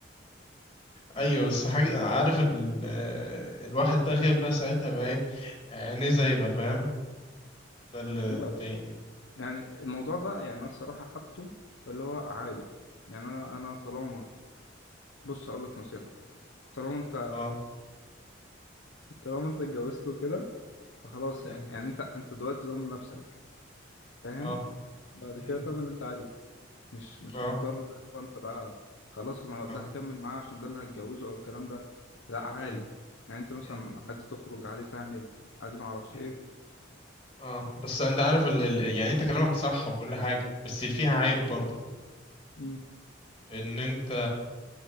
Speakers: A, on the left (about 25°); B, on the left (about 80°).
A: ايوه
B: بس
A: بس حاجه عارف ال... آه، الواحد بقى خايف بقى ساعتها بقى ايه آه، عينيه زايغه فاهم ده اللي
B: لا لا
A: مضايقني
B: لا. يعني الموضوع ده يعني انا الصراحة حاطه اللي هو عادي يعني انا انا طالما بص هقول لك نصيحة طالما انت
A: اه
B: طالما انت اتجوزت وكده فخلاص
A: امم
B: يعني انت انت دلوقتي ضامن نفسك فاهم
A: اه
B: بعد
A: امم
B: كده تعمل اللي انت عايزه مش مش
A: اه
B: مضطر بقى اللي هو انت بقى خلاص انا ده
A: اه
B: هكمل معاه عشان ده اللي هتجوزه او الكلام ده لا عادي
A: امم
B: يعني انت مثلا
A: امم
B: عادي تخرج عادي تعمل عادي ما اعرفش
A: أمم.
B: ايه
A: اه بس انت عارف ال... ال- يعني انت كلامك صح وكل حاجه بس اللي فيها عيب برضو
B: مم.
A: ان انت